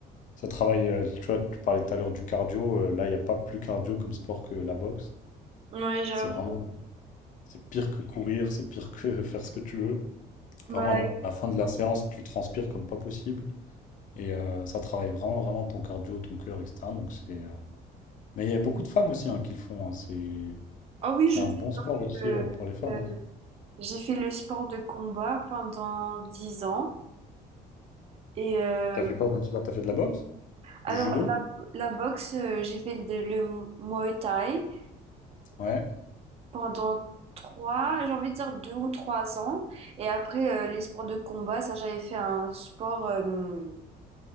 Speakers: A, on the left; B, on the right.
A: Ça travaille, euh, tu vois, tu parlais tout à l'heure du cardio. euh, là, il n'y a pas plus cardio comme sport que la boxe.
B: Ouais, j'avoue.
A: C'est vraiment, c'est pire que courir, c'est pire que <laughs> faire ce que tu veux.
B: Bah,
A: Vraiment, à la fin de la séance, tu transpires comme pas possible. Et euh, ça travaille vraiment, vraiment ton cardio, ton cœur, etc. Donc c'est, euh, Mais il y a beaucoup de femmes aussi hein, qui le font. hein, C'est
B: ah oui,
A: c'est
B: je
A: un
B: sais
A: bon sport aussi
B: que
A: euh, pour les femmes.
B: euh,
A: hein.
B: j'ai fait le sport de combat pendant 10 ans. Et euh,
A: T'as fait quoi comme sport? T'as fait de la boxe?
B: alors,
A: Du judo?
B: la, la boxe, euh, j'ai fait de- le Muay Thai.
A: Ouais,
B: pendant trois, j'ai envie de dire deux ou trois ans. Et après, euh, les sports de combat, ça, j'avais fait un sport, euh,